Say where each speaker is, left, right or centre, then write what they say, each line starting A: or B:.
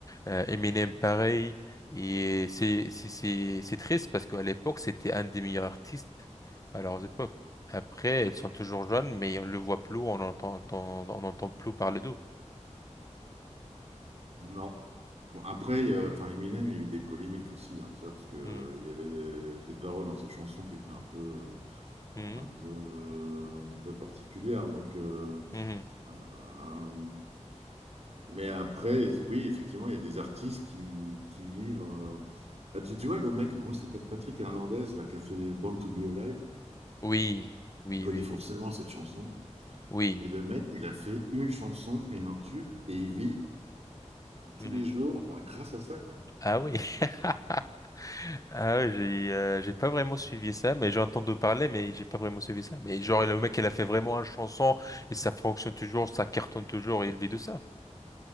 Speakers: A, on the left (about 30°); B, on the right (about 60°).
A: euh, Eminem, pareil. Et c'est c'est c'est c'est triste parce qu'à l'époque, c'était un des meilleurs artistes à leurs époques. Après, ils sont toujours jeunes, mais on le voit plus, on entend, on entend, on entend plus parler d'eux.
B: Non. Bon, après, il enfin, Eminem, il y a eu des polémiques aussi, hein, tu vois, parce que, euh,
A: Hmm.
B: il y avait des, des paroles dans ses chansons qui étaient un peu, euh,
A: Mhm,
B: un peu, euh, un peu particulières. Donc, euh,
A: mhm,
B: euh, mais après, oui, effectivement, il y a des artistes qui, qui vivent. euh, bah, tu, tu vois, le mec, comment il s'appelle? Patrick Hernandez, là, qui a fait Born to Be Alive,
A: Oui, oui,
B: il connaît
A: oui,
B: forcément
A: oui.
B: cette chanson.
A: Oui.
B: Et le mec, il a fait une chanson et un tube, et il vit tous
A: mhm.
B: les jours, enfin, grâce à ça.
A: Ah oui. <laughs> Ah oui, j'ai euh, j'ai pas vraiment suivi ça, mais j'ai entendu parler, mais j'ai pas vraiment suivi ça. Mais genre, le mec, il a fait vraiment un chanson et ça fonctionne toujours, ça cartonne toujours et il vit de ça.